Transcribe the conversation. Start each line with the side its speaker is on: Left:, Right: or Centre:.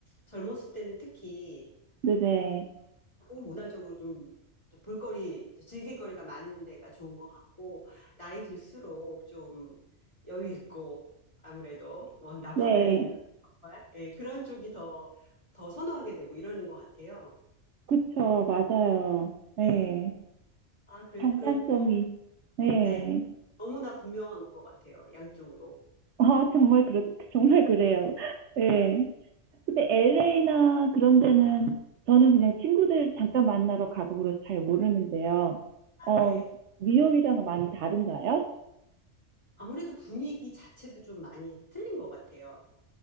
Left: 젊었을 때는 특히
Right: 네네.
Left: 문화적으로 좀 볼거리, 즐길거리가 많은 데가 좋은 것 같고, 나이 들수록 좀 여유 있고, 아무래도, 뭐, 나파밸리나,
Right: 네.
Left: 정말, 예, 그런 쪽이 더, 더 선호하게 되고 이러는 것 같아요.
Right: 그쵸, 맞아요. 네.
Left: 예. 아, 그래,
Right: 장단점이,
Left: 그런데 뭐,
Right: 네.
Left: 네, 너무나 분명한 것 같아요, 양쪽으로.
Right: 아, 정말, 그렇, 정말 그래요. 네.
Left: 예,
Right: 근데 LA나 그런 데는 저는 그냥 친구들 잠깐 만나러 가고 그래서 잘 모르는데요. 어,
Left: 네.
Right: 뉴욕이랑 많이 다른가요?
Left: 아무래도 분위기 자체도 좀 많이 틀린 것 같아요.